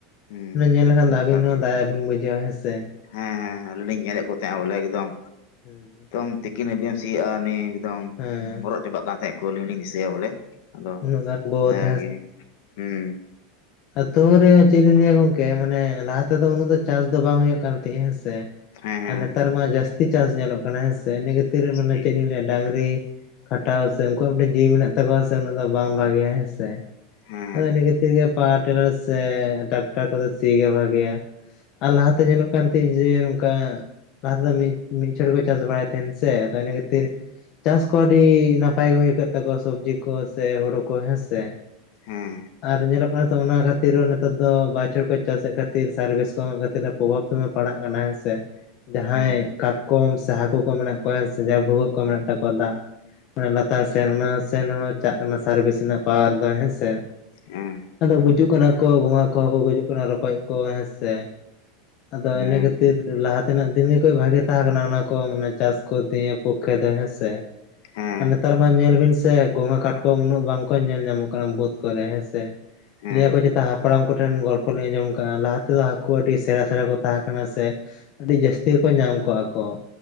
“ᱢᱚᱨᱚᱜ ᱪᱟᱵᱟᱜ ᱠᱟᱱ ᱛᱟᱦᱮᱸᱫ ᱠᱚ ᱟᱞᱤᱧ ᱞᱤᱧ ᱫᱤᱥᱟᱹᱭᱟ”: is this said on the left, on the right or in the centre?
Left